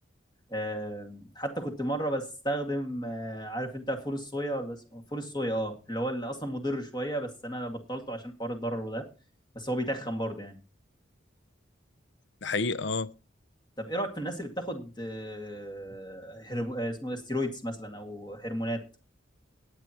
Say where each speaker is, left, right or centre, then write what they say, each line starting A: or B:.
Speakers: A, on the left; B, on the left.
A: آم، حتى كنت مره بستخدم آه، عارف انت فول الصويا ولا اسمه فول الصويا اه اللي هو اللي اصلا مضر شويه بس انا بطلته عشان حوار الضرر ده بس هو بيتخن برضه يعني
B: ده حقيقه اه
A: طب ايه رايك في الناس اللي بتاخد آه، هرم... آه، اسمه إيه، ستيرويدز مثلا او هرمونات